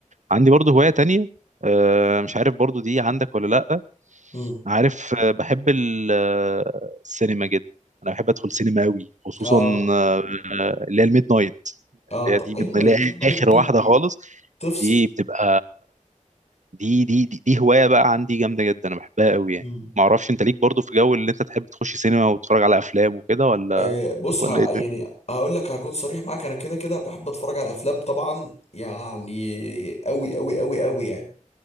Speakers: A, on the right; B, on the left.
A: عندي برضو هوايه تانية آه، مش عارف برضو دي عندك ولا لا
B: امم
A: عارف آه، بحب ال- آه، السينما جدا انا بحب ادخل سينما قوي خصوصا
B: اه
A: آه، آه، اللي هي الميد نايت
B: اه
A: اللي
B: طب
A: هي دي
B: ايوه
A: من اللي
B: الميد
A: هي
B: نايت
A: اخر واحده
B: دي
A: خالص
B: تفصل
A: دي بتبقى دي دي دي, دي هوايه بقى عندي جامده جدا انا بحبها قوي يعني
B: امم
A: ما اعرفش انت ليك برضو في جو اللي انت تحب تخش سينما وتتفرج على افلام وكده ولا
B: آه بص
A: ولا
B: ه...
A: ايه الدنيا
B: يعني هقول لك هكون صريح معاك انا كده كده بحب اتفرج على افلام طبعا يعني قوي قوي قوي قوي يعني